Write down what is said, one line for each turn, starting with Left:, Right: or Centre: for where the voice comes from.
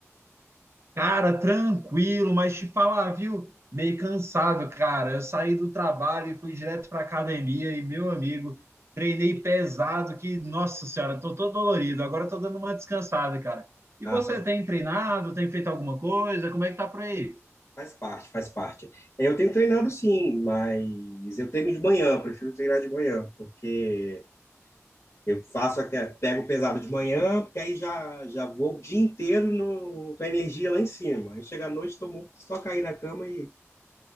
Right: Cara, tranquilo, mas te falar, viu? Meio cansado, cara. Eu saí do trabalho e fui direto pra academia e, meu amigo, treinei pesado que, nossa senhora, tô todo dolorido. Agora tô dando uma descansada, cara. E
Left: Ah,
Right: você
Left: faz,
Right: tem treinado? Tem feito alguma coisa? Como é que tá por aí?
Left: faz parte, faz parte. É, Eu tenho treinado sim, mas eu treino de manhã, eu prefiro treinar de manhã, porque eu faço aquele, pego pesado de manhã, porque aí já, já vou o dia inteiro no- com a energia lá em cima. Aí chega à noite, estou morto, só cair na cama e,